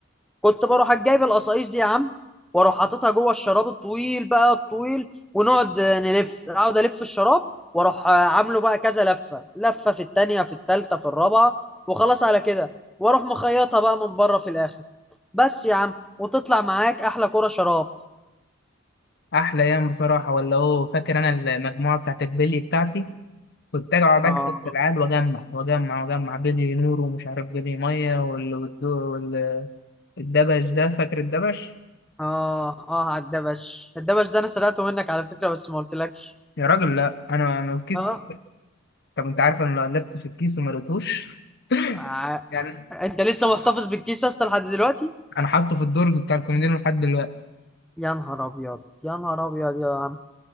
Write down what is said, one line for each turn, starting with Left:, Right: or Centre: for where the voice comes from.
Centre: كنت بروح جايب القصايص دي يا عم واروح حاططها جوه الشراب الطويل بقى الطويل ونقعد نلف اقعد الف الشراب واروح عامله بقى كذا لفه لفه في التانيه في التالته في الرابعه وخلاص على كده واروح مخيطها بقى من بره في الاخر بس يا عم وتطلع معاك احلى كرة شراب
Left: أحلى أيام بصراحة ولا هو فاكر أنا المجموعة بتاعت البلي بتاعتي كنت أجي أقعد
Centre: اه
Left: أكسب في العاب وأجمع وأجمع وأجمع بلي نور ومش عارف بلي مية وال- والدو- وال- والدبش ده فاكر الدبش؟
Centre: اه اه على الدبش الدبش ده انا سرقته منك على فكره بس ما قلتلكش
Left: يا راجل لا أنا أنا الكيس
Centre: اه
Left: طب أنت عارف أنا لو قلبت في الكيس وما لقيتوش
Centre: ع-
Left: يعني
Centre: انت لسه محتفظ بالكيس يا اسطى لحد دلوقتي
Left: انا حاطه في الدرج بتاع الكوميديان لحد دلوقتي
Centre: يا نهار ابيض يا نهار ابيض يا عم